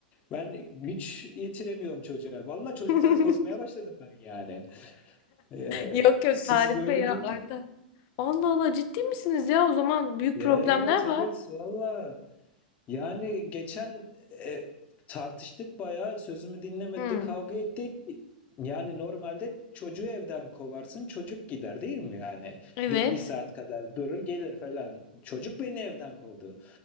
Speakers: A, on the left; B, on the left.
A: Ben güç yetiremiyorum çocuğa. Vallahi çocuktan
B: <laughs>
A: korkmaya başladım ben yani. Ee,
B: Yok yok
A: siz
B: Tarık
A: böyle
B: Bey ya
A: deyince
B: Arda. Allah Allah ciddi misiniz ya? O zaman büyük
A: ya
B: problemler
A: evet evet
B: var.
A: valla. Yani geçen e, tartıştık bayağı sözümü dinlemedi
B: Hı.
A: kavga ettik. Yani normalde çocuğu evden kovarsın çocuk gider değil mi yani?
B: Evet.
A: Bir, bir saat kadar durur gelir falan. Çocuk beni evden kovdu.